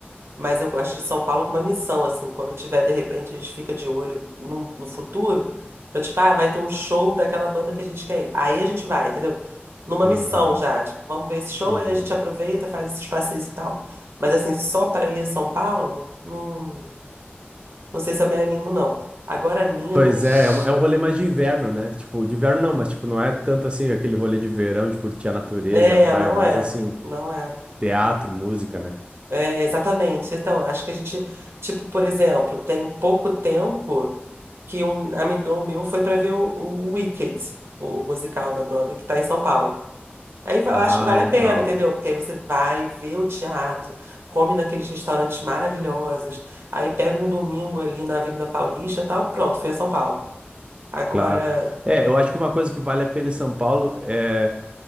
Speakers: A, on the right; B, on the right.
A: Mas eu gosto de São Paulo com uma missão, assim. Quando eu tiver, de repente, a gente fica de olho num- no, futuro. Eu, tipo, ah, vai ter um show daquela banda que a gente quer ir. Aí a gente vai, entendeu? Numa
B: uhum,
A: missão já. Tipo, vamos ver esse show,
B: uhum.
A: aí a gente aproveita, faz esses passeios e tal. Mas, assim, só para ir a São Paulo, não, não sei se eu me animo, não. Agora, Minas.
B: Pois é, é uma- é um rolê mais de inverno, né? Tipo, de inverno não, mas tipo, não é tanto assim aquele rolê de verão, de curtir a natureza
A: É,
B: e a praia,
A: não
B: mas
A: é.
B: assim,
A: Não é.
B: teatro, música, né?
A: É, exatamente. Então, acho que a gente, tipo, por exemplo, tem pouco tempo. que um amigão meu foi pra ver o, o Wicked, o musical da Broadway, que tá em São Paulo. Aí va-
B: Ah,
A: eu acho que vale
B: legal.
A: a pena, entendeu? Porque aí você vai ver o teatro, come naqueles restaurantes maravilhosos, aí pega um domingo ali na Avenida Paulista e tal, pronto, fui a São Paulo. Agora,
B: Claro. É, eu acho que uma coisa que vale a pena em São Paulo é